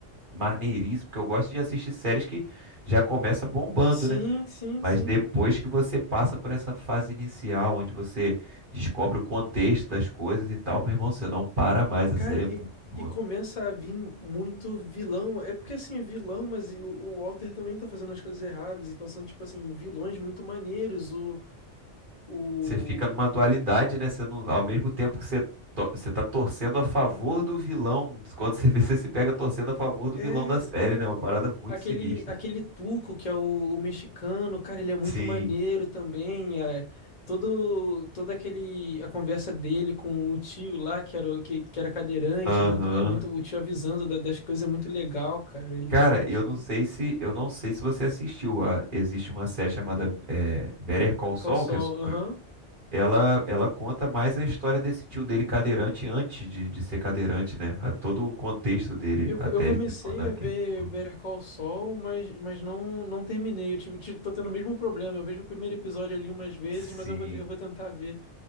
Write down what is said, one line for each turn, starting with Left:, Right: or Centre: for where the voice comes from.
Right: maneiríssimo, que eu gosto de assistir séries que já começa bombando,
Left: Sim,
Right: né?
Left: sim,
Right: Mas
Left: sim.
Right: depois que você passa por essa fase inicial, onde você descobre o contexto das coisas e tal, meu irmão, você não para mais, a
Left: Cara,
Right: série
Left: e,
Right: é muito boa.
Left: e começa a vir muito vilão. É porque, assim, é vilão, mas e o, o Walter também tá fazendo as coisas erradas. Então são, tipo assim, vilões muito maneiros. O, o,
Right: Você fica numa dualidade, né? Você não, ao mesmo tempo que você, to- você tá torcendo a favor do vilão, <laughs> quando você vê, você se pega torcendo a favor do
Left: É,
Right: vilão da série,
Left: tem o-
Right: né? Uma parada muito
Left: aquele,
Right: sinistra.
Left: aquele Tuco, que é o, o mexicano, cara, ele é muito
Right: Sim.
Left: maneiro também. É, todo, todo aquele, a conversa dele com o tio lá, que era, o- que, que era cadeirante,
Right: Aham.
Left: é muito, é muito, o tio avisando da- das coisas, é muito legal, cara. Ele
Right: Cara,
Left: trocando o tio.
Right: eu não sei se eu não sei se você assistiu. a- existe uma série chamada eh, Better Call Saul,
Left: Call Saul,
Right: que é sobre.
Left: aham.
Right: Ela, ela conta mais a história desse tio dele cadeirante antes de, de ser cadeirante, né? A todo o contexto dele
Left: Eu,
Right: até
Left: eu comecei
Right: ele se tornar
Left: a
Right: quem
Left: ver
Right: ele se tornou.
Left: Better Call Saul, mas, mas não, não terminei. Eu tive, ti- tô tendo o mesmo problema. Eu vejo o primeiro episódio ali umas vezes,
Right: Sim.
Left: mas eu vou, te- eu vou tentar ver.